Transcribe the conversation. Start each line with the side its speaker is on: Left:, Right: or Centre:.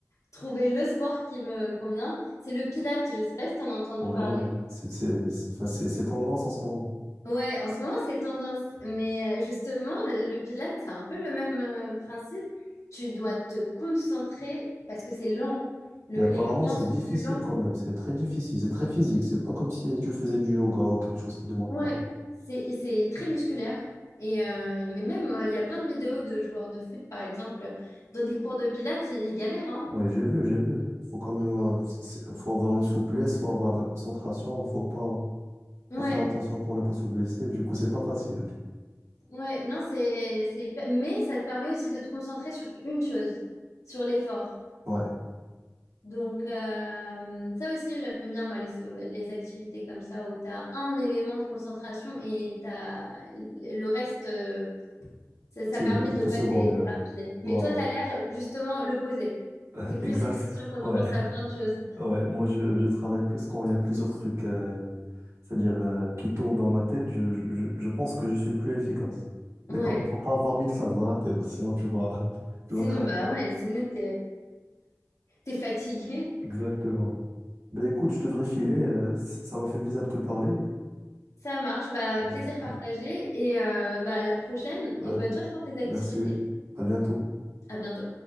Left: trouver le sport qui me convient, c'est le pilate. Je sais pas si t'en as entendu
Right: Ouais,
Left: parler.
Right: ouais. C'est c'est- c'est- enfin, c'est- c'est tendance en ce moment.
Left: Ouais, en ce moment, c'est tendance. Mais euh, justement, le pilates, c'est un peu le même euh, principe. Tu dois te concentrer parce que c'est lent. Le-
Right: Et apparemment,
Left: les mouvements
Right: c'est
Left: sont
Right: difficile
Left: plus lents.
Right: quand même. C'est très difficile. C'est très physique. C'est pas comme si tu faisais du yoga ou quelque chose qui demande
Left: Ouais,
Right: pas.
Left: c'est et c'est très musculaire. Et euh, mais même, euh, il y a plein de vidéos de joueurs de foot, par exemple, dans des cours de pilates, ils, ils galèrent, hein.
Right: Ouais, j'ai vu, j'ai vu. Faut quand même, euh, c'est- c'est- faut avoir une souplesse, faut avoir de la concentration, faut pas.
Left: Ouais,
Right: Faut faire attention pour ne pas se blesser. Du coup, c'est pas facile.
Left: ouais, non, c'est, c'est, mais ça te permet aussi de te concentrer sur une chose, sur l'effort.
Right: Ouais.
Left: Donc, euh, ça aussi, j'aime bien, moi, les, les activités comme ça, où tu as un élément de concentration et t'as, le reste, euh, ça, ça
Right: C'est
Left: permet
Right: plutôt
Left: de pas
Right: secondaire.
Left: t'é- t'éparpiller. Mais
Right: Voilà.
Left: toi, tu as l'air justement l'opposé.
Right: <laughs>
Left: Tu es plus
Right: Exact.
Left: efficient quand
Right: Ouais.
Left: tu penses à plein de choses.
Right: Ouais. Moi, je, je travaille plus quand il y a plusieurs trucs, euh, c'est-à-dire, euh, qui tournent dans ma tête. Je, je, je pense que je suis plus efficace. Mais
Left: Ouais.
Right: quand même, faut pas avoir mille sacs dans la tête, sinon tu vas, <laughs>
Left: Sinon,
Right: tu vas craquer.
Left: bah ouais, sinon, tu t'es fatigué.
Right: Exactement. Ben écoute, je devrais filer. euh, c- ça m'a fait plaisir de te parler.
Left: Ça marche. Bah,
Right: Euh,
Left: plaisir partagé et euh, bah, à la prochaine
Right: ouais.
Left: et bonne chance pour tes activités.
Right: Merci. À bientôt.
Left: À bientôt.